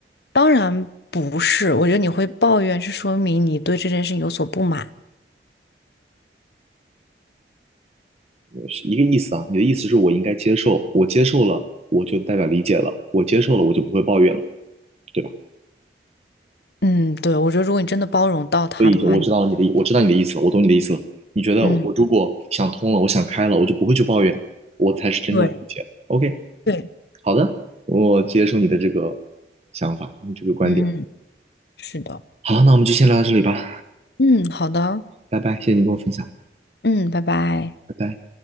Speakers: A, on the left; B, on the right.
A: 当然不是，我觉得你会抱怨是说明你对这件事情有所不满。
B: 是一个意思啊。你的意思是我应该接受，我接受了，我就代表理解了，我接受了，我就不会抱怨了，对吧？
A: 嗯，对，我觉得如果你真的包容到他的话，
B: 所以我知道你的，
A: 你
B: 我知道你的意思了，我懂你的意思了。你觉得我如果想通了，
A: 嗯，
B: 我想开了，我就不会去抱怨，我才是真正的理解。
A: 对
B: OK。
A: 对，
B: 好的，我接受你的这个想法，你这个观点。
A: 嗯，是的，
B: 好，那我们就先聊到这里吧，
A: 嗯，好的，
B: 拜拜，谢谢你跟我分享，
A: 嗯，拜拜。
B: 拜拜。